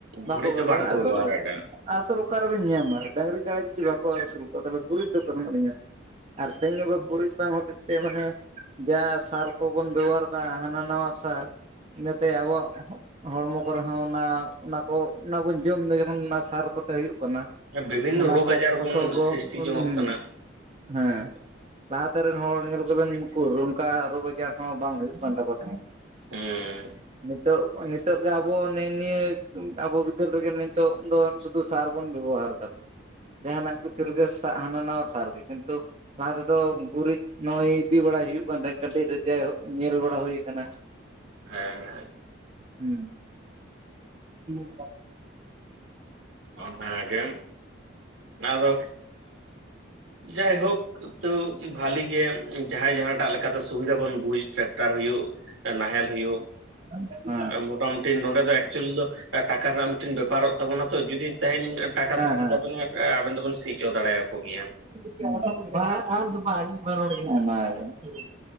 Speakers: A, on the right; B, on the right.
A: ᱵᱟᱠᱚ
B: ᱜᱩᱨᱤᱡ
A: ᱵᱮᱵᱚᱦᱟᱨ
B: ᱫᱚ ᱵᱟᱝᱠᱚ
A: ᱵᱟᱲᱟᱭᱟ ᱟᱥᱚᱞ
B: ᱵᱮᱵᱚᱦᱟᱨᱮᱫᱟ
A: ᱟᱥᱚᱞ ᱚᱠᱟ ᱨᱮᱵᱮᱱ ᱧᱟᱢᱟ ᱰᱟᱝᱨᱤ ᱠᱟᱲᱟ ᱡᱩᱫᱤ ᱵᱟᱠᱚ ᱟᱹᱥᱩᱞ ᱠᱚᱣᱟ ᱛᱟᱦᱚᱞᱮ ᱜᱩᱨᱤᱡᱽ ᱫᱚ ᱚᱠᱟ ᱠᱷᱚᱱᱟᱜ ᱵᱮᱱ ᱧᱟᱢᱟ? ᱟᱨ ᱛᱮᱦᱮᱧ ᱜᱟᱯᱟ ᱜᱩᱨᱤᱡᱽ ᱵᱟᱝ ᱦᱚᱛᱮᱡ ᱛᱮ ᱢᱟᱱᱮ ᱡᱟ ᱥᱟᱨ ᱠᱚᱵᱚᱱ ᱵᱮᱵᱦᱟᱨ ᱫᱟ ᱦᱟᱱᱟ ᱱᱟᱣᱟ ᱥᱟᱨ ᱾ ᱤᱱᱟᱹᱛᱮ ᱟᱵᱚᱣᱟᱜ ᱦᱚᱲᱢᱚ ᱠᱚᱨᱮ ᱦᱚᱸ ᱚᱱᱟ ᱚᱱᱟ ᱠᱚ ᱚᱱᱟ ᱵᱚᱱ ᱡᱚᱢ ᱮᱫᱟ ᱡᱚᱠᱷᱚᱱ ᱚᱱᱟ ᱥᱟᱨ ᱠᱚᱛᱮ ᱦᱩᱭᱩᱜ ᱠᱟᱱᱟ᱾
B: ᱦᱮᱸ ᱵᱤᱵᱷᱤᱱᱱᱚ
A: ᱚᱱᱟ
B: ᱨᱳᱜᱽ
A: ᱠᱚ
B: ᱟᱡᱟᱨ
A: ᱯᱷᱚᱥᱚᱞ
B: ᱵᱚᱱ
A: ᱠᱚ
B: ᱥᱨᱤᱥᱴᱤ
A: ᱦᱩᱹᱢ
B: ᱡᱚᱝᱚᱜ ᱠᱟᱱᱟ
A: ᱦᱮᱸ᱾ ᱞᱟᱦᱟ ᱛᱮ ᱨᱮᱱ ᱦᱚᱲ ᱧᱮᱞ ᱠᱚᱵᱮᱱ ᱩᱱᱠᱩ ᱚᱱᱠᱟ ᱨᱳᱜᱽ ᱟᱡᱟᱨ ᱦᱚᱸ ᱵᱟᱝ ᱦᱩᱭᱩᱜ ᱠᱟᱱ ᱛᱟᱠᱚ ᱛᱟᱦᱮᱸᱫ᱾
B: ᱦᱩᱸ
A: ᱱᱤᱛᱳᱜ ᱱᱤᱛ ᱱᱤᱛᱚᱜ ᱜᱮ ᱟᱵᱚ ᱱᱮᱜᱼᱮ ᱱᱤᱭᱟᱹ ᱟᱵᱚ ᱵᱤᱫᱟᱹᱞ ᱨᱮᱜᱮ ᱱᱤᱛᱚᱜ ᱫᱚ ᱥᱩᱫᱷᱩ ᱥᱟᱨ ᱵᱚᱱ ᱵᱮᱵᱚᱦᱟᱨ ᱫᱟ᱾ ᱡᱟᱦᱟᱱᱟᱜ ᱠᱤᱪᱪᱷᱩ ᱨᱮᱜᱮ ᱥᱟᱨ ᱦᱟᱱᱟ ᱱᱟᱣᱟ ᱥᱟᱨ ᱜᱮ ᱠᱤᱱᱛᱩ ᱞᱟᱦᱟ ᱛᱮᱫᱚ ᱜᱩᱨᱤᱡᱽ ᱱᱚᱜᱚᱭ ᱤᱫᱤ ᱵᱟᱲᱟᱭ ᱦᱩᱭᱩᱜ ᱠᱟᱱ ᱛᱟᱦᱮᱸ ᱠᱟᱹᱴᱤᱡ ᱡᱟᱭᱦᱳᱠ ᱧᱮᱞ ᱵᱟᱲᱟ ᱦᱩᱭ ᱟᱠᱟᱱᱟ᱾
B: ᱦᱮᱸ ᱦᱮᱸ,
A: ᱦᱮᱸ, <unintelligible>
B: ᱚᱱᱟᱜᱮ ᱟᱫᱚ ᱡᱟᱭᱦᱳᱠ ᱛᱟᱹᱣᱚ ᱵᱷᱟᱞᱮ ᱜᱮ ᱡᱟᱦᱟᱸᱭ ᱡᱟᱦᱟᱸᱴᱟᱜ ᱞᱮᱠᱟᱛᱮ ᱥᱩᱵᱤᱫᱟ ᱵᱚᱱ ᱵᱩᱡᱽ ᱴᱟᱠᱚᱴᱟᱨ ᱦᱩᱭᱩᱜ ᱱᱟᱦᱮᱞ ᱦᱩᱭᱩᱜ,
A: ᱦᱮᱸ
B: ᱢᱚᱴᱟᱢᱩᱴᱤ ᱱᱚᱰᱮ ᱫᱚ ᱮᱠᱪᱩᱭᱮᱞᱤ ᱫᱚ ᱴᱟᱠᱟ ᱨᱮᱱᱟᱜ ᱢᱤᱫᱴᱮᱱ ᱵᱮᱯᱟᱨᱚᱜ ᱛᱟᱵᱚᱱᱟ ᱛᱚ ᱡᱩᱫᱤ, ᱛᱮᱦᱮᱧ ᱴᱟᱠᱟ ᱛᱟᱦᱮᱱ
A: ᱦᱮᱸ
B: ᱛᱟᱵᱮᱱᱟ ᱟᱵᱮᱱ ᱫᱚᱵᱮᱱ ᱥᱤ ᱪᱚ ᱫᱟᱲᱮᱭᱟᱠᱚ ᱜᱮᱭᱟ᱾
A: ᱚᱱᱟᱜᱮ,